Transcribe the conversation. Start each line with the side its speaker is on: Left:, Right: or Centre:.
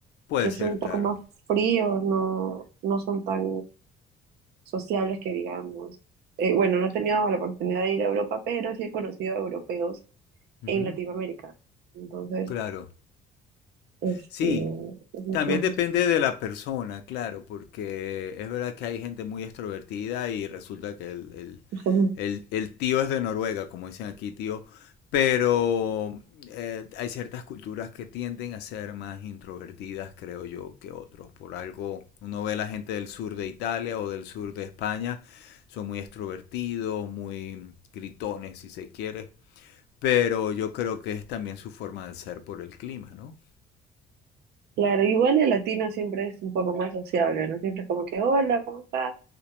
Left: puede
Right: que
Left: ser,
Right: son un
Left: claro.
Right: poco más fríos, no, no son tan sociables que digamos. Eh, bueno, no he tenido la oportunidad de ir a Europa, pero sí he conocido a europeos
Left: Ujú,
Right: en Latinoamérica. Entonces,
Left: Claro.
Right: este,
Left: Sí,
Right: es mucho
Left: También
Right: más.
Left: depende de la persona, claro, porque es verdad que hay gente muy extrovertida y resulta que el, el-
Right: fácil.
Left: el-
Right: <laughs>
Left: el tío es de Noruega, como dicen aquí, tío, pero eh, hay ciertas culturas que tienden a ser más introvertidas, creo yo, que otros. Por algo, uno ve la gente del sur de Italia o del sur de España, son muy extrovertidos, muy gritones, si se quiere, pero yo creo que es también su forma de ser por el clima, ¿no?
Right: Claro, igual el latino siempre es un poco más sociable, ¿no? Siempre es como que, hola, ¿cómo estás?